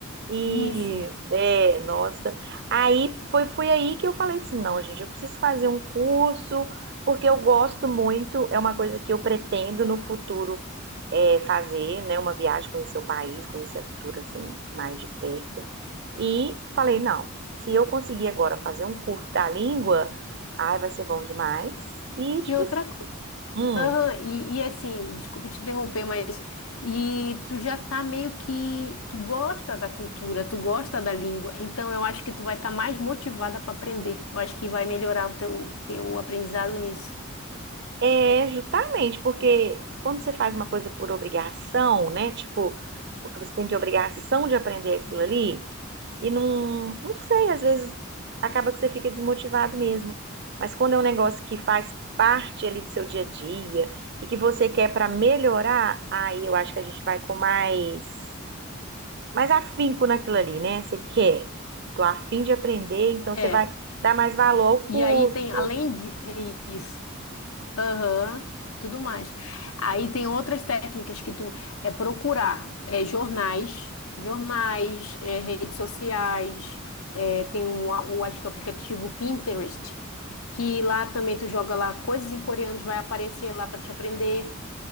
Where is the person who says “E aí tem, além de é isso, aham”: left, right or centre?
Left